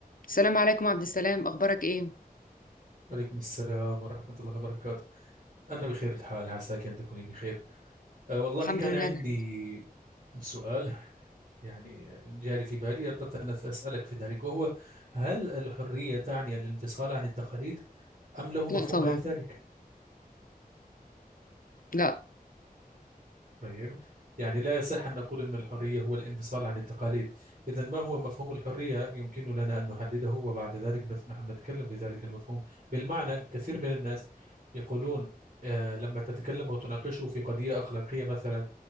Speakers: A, on the left (about 65°); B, on the right (about 60°).
A: السلام عليكم عبد السلام اخبارك ايه
B: عليكم السلام ورحمة الله وبركاته أنا بخير الحال عساك أن تكوني بخير أه والله
A: الحمد
B: كان
A: لله
B: عندي
A: نعم.
B: سؤال يعني جاري في بالي أردت أن أسألك في ذلك وهو هل الحرية تعني الانفصال عن التقاليد أم له مفهوم
A: لا طبعا
B: غير ذلك؟
A: لا
B: طيب يعني لا يصح أن نقول أن الحرية هو الانفصال عن التقاليد إذا ما هو مفهوم الحرية يمكن لنا أن نحدده وبعد ذلك نف- نحن نتكلم في ذلك المفهوم بالمعنى كثير من الناس يقولون آه لما تتكلم وتناقشه في قضية أخلاقية مثلا